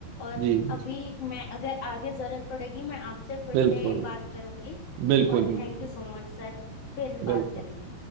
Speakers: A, on the left; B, on the right.
A: और
B: जी जी
A: अभी मैं अगर आगे जरूरत पड़ेगी मैं आपसे फिर
B: बिल्कुल
A: से बात करूंगी
B: बिल्कुल
A: और
B: बिल्कुल
A: thank you so much sir फिर बात
B: बिल्कुल
A: करेंगे